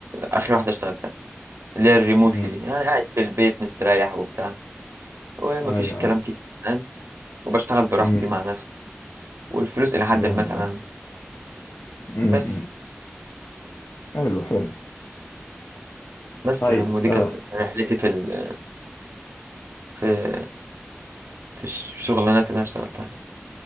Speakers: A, on the right; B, on the left.
A: اخر واحده اشتغلتها اللي هي الريموتلي
B: امم.
A: دي انا قاعد في البيت مستريح وبتاع ومفيش
B: ايوه
A: الكلام
B: أيوه.
A: كتير فاهم وبشتغل براحتي
B: أمم.
A: مع نفسي والفلوس الى حد
B: جامد
A: ما تمام
B: جامد أمم.
A: بس
B: حلو حلو
A: بس
B: طيب
A: يا عم ودي
B: آه.
A: كانت رحلتي في ال... في في الشغلانات اللي انا اشتغلتها بس